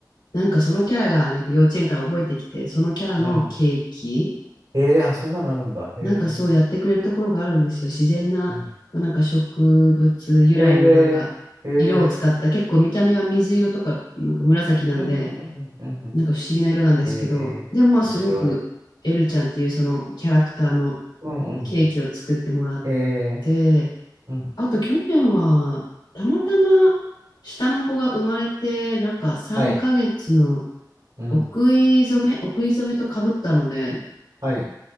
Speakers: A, on the left; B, on the right.
A: なんかそのキャラがなんか幼稚園から覚えてきて、そのキャラのケーキ、
B: う。うん。へえ、あ、そんなのあるんだ。へえ。
A: なんかそうやってくれるところがあるんですよ。自然な、
B: うん
A: まあ、なんか植物由来のなんか色を使った、
B: ええええ
A: 結構見た目は水色とか、なんか紫なんで、
B: うんうんうんうんうんうん。
A: なんか不思議な色なんですけど、
B: ええ面白い。
A: でもまあすごくエルちゃんっていうそのキャラクターの
B: うんうん。
A: ケーキを作ってもらっ
B: ええ
A: て、
B: うん。
A: あと去年は、たまたま下の子が生まれて、なんか3ヶ月の
B: はい。うん。
A: お食い初め、お食い初めとかぶったので、
B: はい。